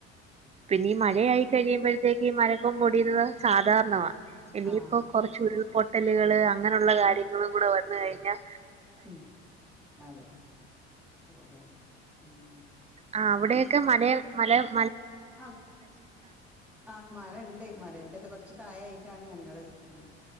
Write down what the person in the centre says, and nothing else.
ഉം
ഉം
ആഹ്
ആഹ്
ഉം
ഉം
ഉം അതെ ഓഹോ ഉം
ആ ആ മലണ്ട് മലന്റൊക്കെ കുറച്ച് താഴായിട്ടാണ് ഞങ്ങള് ഉം